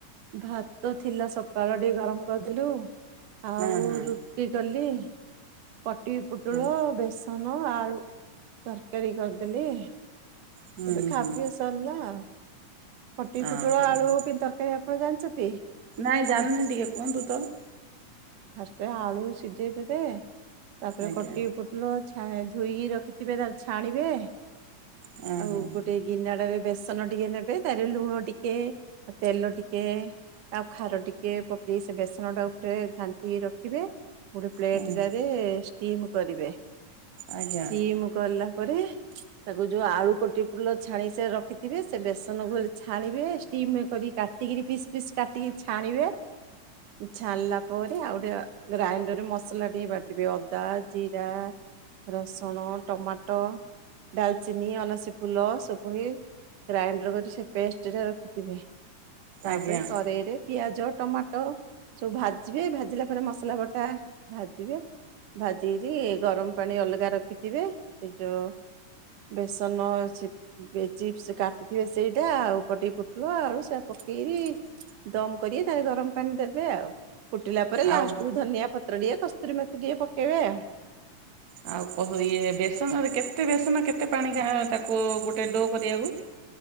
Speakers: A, on the right; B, on the right.
A: ଭାତ ଥିଲା ସକାଳ ଟିକେ ଗରମ କରିଦେଲୁ। ଆଉ
B: ହଁ ହଁ
A: ରୁଟି କଲି କଟି ପୁଟଳ
B: ହଁ
A: ବେସ୍‌ ତନ ଆଳୁ ତରକାରୀ କରିଦେଲି
B: ହୁଁ
A: ଏବେ ଖାପିଅ
B: ହୁଁ
A: ସରିଲା ଆଉ। ଫଟି
B: ହଁ
A: ପୁଟଳ
B: ହଁ
A: ଆଳୁ
B: ହଁ
A: କି ତରକାରୀ ଭାରି କରି ଜାଣିଚକି ମୁଁ
B: ନାଇଁ
A: କହୁଛି।
B: ଜାଣିନି ଟିକେ କୁହନ୍ତୁ ତ?
A: ଫାଷ୍ଟେ ଆଳୁ ସିଝେଇ ଦେବେ ତାପରେ
B: ଆଜ୍ଞା
A: କଟିକି ପୁ ଲ ଛା ଧୋଇକି ରଖିଥିବେ ତାକୁ ଛାଣିବେ
B: ହଁ
A: ଆଉ
B: ହଁ
A: ଗୋଟେ ଗିନାଡାରେ ବେସନ ଟିକେ ନେବେ ତାରେ ଲୁଣ ଟିକେ ତେଲ ଟିକେ ଆଉ ଖାର ଟିକେ ପକେଇ ସେ ବେସନ ଟା ଉପରେ ଘା ରଖିବେ ଗୋଟେ ପ୍ଲେଟେରେ
B: ହୁଁ
A: ଷ୍ଟିମ୍ କରିବେ
B: ଆଜ୍ଞା
A: ଷ୍ଟିମ୍ କଲା ପରେ ତାକୁ ଯୋଉ ଆଳୁ କୋଟି ପୁଲ ଛାଣି ସେ ରଖିଥିବେ ସେ ବେସନକୁ ହେଲେ ଛାଣିବେ ଷ୍ଟିମ୍ କରି କାଟିକିରି ପିସ୍ ପିସ୍ କାଟିକି ଛାଣିବେ ଛାଣିଲା ପରେ ଆଉ ଗୋଟେ ଗ୍ରାଇଣ୍ଡରରେ ମସଲା ଟିକେ ବାଟି ଦେବେ ଅଦା ଜିରା ରସୁଣ, ଟମାଟ, ଡାଲଚିନି, ଅଣସୀ ଫୁଲ ସୁପୁଣୀ। ଗ୍ରାଇଣ୍ଡର କରି ସେ ପେଷ୍ଟେରେ ରଖିଥିବେ। ତାପରେ
B: ଆଜ୍ଞା
A: କରେଇରେ ପିଆଜ ଟମାଟ ସବୁ ଭା ଜିବେ ଭାଜିଲା ପରେ ମସଲା ବଟା ଭାଜିବେ ଭାଜିିଗିରି ଗରମ ପାଣି ଅଲଗା ରଖିଥିବେ। ଏ ଯୋଉ ବେସନ ଚି ଚିପ୍ସ କାଟିଥିବେ ସେଇଟା ଆଉ କଟି ଆଳୁ ସେ ପକେଇବି ଦମ କରି ତାପରେ ଗରମ ପାଣି ଦେବେ ଆଉ। ଫୁଟିଲା ପରେ ଲାଷ୍ଟକୁୁ
B: ଆଉ
A: ଧନିଆ ପତ୍ର ଟିକେ କସ୍ତୁରୀ ମେଥି ଟିକେ ପକେଇବେ ଆଉ।
B: ଆଉ କ ଇଏ ବେସନରେ କେତେ ବେସନ କେତେ ପାଣି କା ତାକୁ ଗୋଟେ ଡୋ କରିବାକୁ?